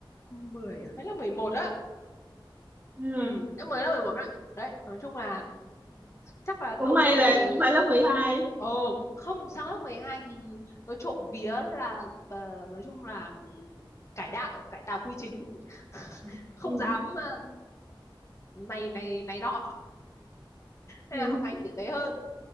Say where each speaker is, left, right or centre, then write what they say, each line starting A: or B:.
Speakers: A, on the left; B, on the right.
A: mười à? hay lớp 11 á
B: Ừ.
A: ừ lớp mười lớp 11 á đấy nói chung là chắc là
B: Cũng
A: câu
B: may
A: chuyện
B: là
A: này
B: không phải lớp 12.
A: ồ cũng không sang lớp 12 thì nói trộm vía là ờ, nói chung là ừm, cải đạo cải tà quy chính <laughs>
B: ừ,
A: không
B: ừ,
A: dám ờ, này này này nọ nên
B: ừ.
A: là học hành tử tế hơn